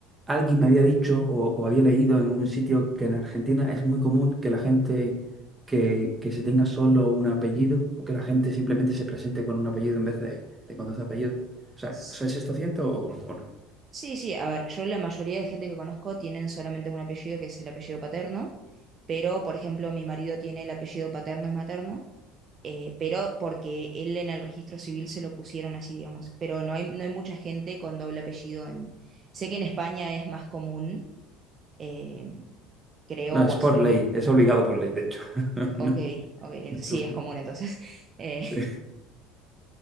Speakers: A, on the right; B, on the right.
A: alguien me había dicho o, o había leído en un sitio que en Argentina es muy común que la gente que, que se tenga solo un apellido, o que la gente simplemente se presente con un apellido en vez de, de con dos apellidos. O sea,
B: S-
A: ¿es esto cierto o o no?
B: Sí, sí, a ver, yo la mayoría de gente que conozco tienen solamente un apellido que es el apellido paterno, pero por ejemplo mi marido tiene el apellido paterno y materno, eh, pero porque él en el registro civil se lo pusieron así, digamos, pero no hay, no hay mucha gente con doble apellido en... Sé que en España es más común Eh, creo
A: No,
B: o
A: es
B: asumo
A: por ley,
B: que,
A: es obligado por ley, de hecho. <laughs>
B: ok, ok, entonces
A: Su-
B: sí, es común entonces. <laughs> Eh,
A: <laughs> sí.